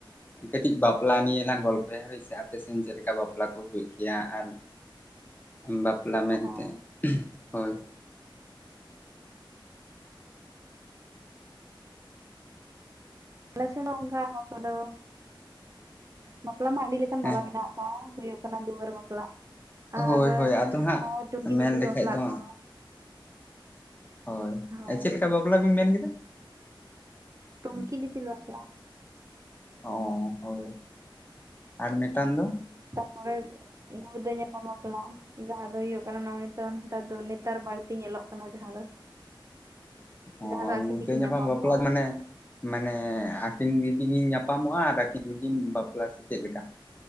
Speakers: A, on the left; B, on the right.
A: ᱠᱟᱹᱴᱤᱡ ᱵᱟᱯᱞᱟ ᱱᱤᱭᱟᱹ ᱞᱟᱝ ᱜᱚᱞᱯᱷᱚᱭᱟ ᱦᱳᱭᱥᱮ ᱟᱯᱮ ᱥᱮᱱ ᱪᱮᱫ ᱞᱮᱠᱟ ᱵᱟᱯᱞᱟ ᱵᱟᱯᱞᱟ ᱠᱚ ᱦᱩᱭᱩᱜ ᱜᱮᱭᱟ ᱟᱨ ᱵᱟᱯᱞᱟ ᱢᱮᱱᱛᱮ
B: ᱦᱳᱭ
A: ᱦᱳᱭ
B: ᱟᱞᱮ ᱥᱮ ᱫᱚ ᱝᱠᱟ ᱵᱟᱯᱞᱟ ᱫᱚ ᱵᱟᱯᱞᱟ ᱢᱟ ᱟᱹᱰᱤ ᱞᱮᱠᱟᱱ ᱵᱟᱞᱟ
A: ᱦᱮᱸ
B: ᱢᱮᱱᱟᱜ ᱠᱚᱣᱟ ᱦᱩᱭᱩᱜᱼᱟ ᱠᱟᱱᱟ ᱫᱩᱣᱟᱹᱨ ᱵᱟᱯᱞᱟᱜ ᱟᱨ
A: ᱦᱳᱭ ᱦᱳᱭ ᱟᱫᱚ ᱦᱟᱸᱜ
B: ᱴᱩᱝᱠᱤ
A: ᱢᱮᱱ
B: ᱫᱤᱯᱤᱞ
A: ᱞᱮᱠᱷᱟᱡ
B: ᱵᱟᱯᱞᱟᱜ
A: ᱫᱚ
B: ᱠᱚ
A: ᱦᱳᱭ
B: ᱦᱳᱭ
A: ᱪᱮᱫ ᱞᱮᱠᱟ ᱵᱟᱯᱞᱟ ᱵᱤᱱ ᱢᱮᱱ ᱠᱮᱫᱟ
B: ᱴᱩᱝᱠᱤ ᱫᱤᱯᱤᱞ ᱵᱟᱯᱞᱟ
A: ᱚ ᱦᱳᱭ ᱟᱨ ᱢᱤᱫᱴᱟᱱ ᱫᱚ
B: ᱛᱟᱨᱯᱚᱨᱮ ᱜᱩᱲᱫᱟᱹ ᱧᱟᱯᱟᱢ ᱵᱟᱯᱞᱟ ᱡᱟᱦᱟᱸ ᱫᱚ ᱦᱩᱭᱩᱜ ᱠᱟᱱᱟ ᱱᱚᱜᱼᱚᱭ ᱛᱚ ᱱᱮᱛᱟᱨ ᱫᱚ ᱱᱮᱛᱟᱨ ᱵᱟᱹᱲᱛᱤ ᱧᱮᱞᱚᱜ ᱠᱟᱱᱟ ᱡᱟᱦᱟᱸ ᱫᱚ <inaudible>
A: ᱚ
B: ᱡᱟᱦᱟᱸ ᱫᱚ ᱟᱹᱠᱤᱱ
A: ᱜᱩᱲᱷᱫᱟ
B: ᱛᱮᱠᱤᱱ
A: ᱧᱟᱯᱟᱢ ᱵᱟᱯᱞᱟᱜ
B: ᱠᱚᱜᱼᱟ
A: ᱢᱟᱱᱮ, ᱢᱟᱱᱮ ᱟᱹᱠᱤᱱ ᱜᱮᱠᱤᱱ ᱧᱟᱯᱟᱢᱚᱜᱼᱟ ᱟᱨ ᱟᱹᱠᱤᱱ ᱜᱮᱠᱤᱱ ᱵᱟᱯᱞᱟ ᱥᱮ ᱪᱮᱫ ᱞᱮᱠᱟ?